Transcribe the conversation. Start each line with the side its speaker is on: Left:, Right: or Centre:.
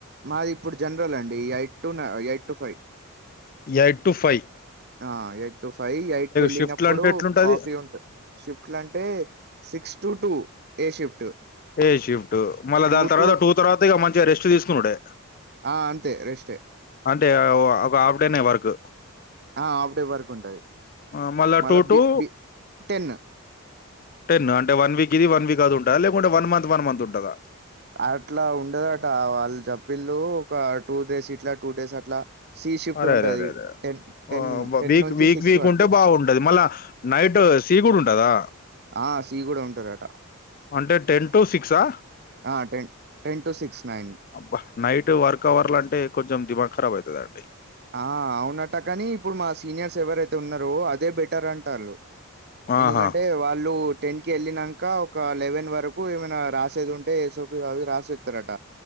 Right: మాది ఇప్పుడు జనరల్ అండి eight to eight to five
Left: eight to five
Right: ఆ ఎయిట్ టు ఫైవ్ ఎయిట్ కి వ ఎళ్ళినప్పుడు
Left: షిఫ్ట్లు అంటే ఎట్లుంటది
Right: కాఫీ ఉంటది షిఫ్ట్లుఅంటే six two two day shift
Left: day shift మళ్ళా
Right: టూ
Left: దాని తర్వాత
Right: టు
Left: టూ తర్వాత ఇక మంచిగా రెస్ట్ తీసుకునుడే
Right: ఆ అంతే రెస్టే
Left: అంటే ఒక హాఫ్ డేనే వర్క్
Right: ఆ ఆఫ్ డే వర్కుఉంటది
Left: ఆ! మళ్ళా
Right: మళ్ళీ
Left: టూ
Right: P
Left: to
Right: B ten
Left: ten అంటే వన్ వీక్ ఇది వన్ వీక్ అదుంటదా లేకుంటే వన్ మంత్ వన్ మంత్ ఉంటదా
Right: అట్లా ఉండదట వాళ్ళు చప్పిల్లు ఒక టూ డేస్ ఇట్లా టూ డేస్ అట్లా సి షిఫ్ట్
Left: అరే
Right: ఉంటది
Left: అరే అరే అరే
Right: టెన్ టెన్
Left: ఓ వ
Right: టెన్
Left: వీక్
Right: నుంచి
Left: వీక్
Right: సిక్స్
Left: వీక్
Right: వరకు
Left: ఉంటే బాగుంటది మళ్ళా నైట్ సీ కూడా ఉంటదా?
Right: ఆ సి కూడా ఉంటారట.
Left: అంటే టెన్ టు సిక్సా?
Right: ఆ ten ten to six nine
Left: అబ్బా నైట్ వర్క్ అవర్లు అంటే కొంచెం దిమాగ్ ఖరాబ్ అవుతదండి.
Right: ఆ అవునట్ట కానీ ఇప్పుడు మా సీనియర్స్ ఎవరైతే ఉన్నారో అదే బెటర్ అంటాళ్ళు ఎందుకంటే
Left: ఆహా!
Right: వాళ్ళు టెన్క్ వెళ్లి నాంక ఒక లెవెన్ వరకు ఏమైనా రాసేది ఉంటే ఏసోపి అవి రాసిస్తారట.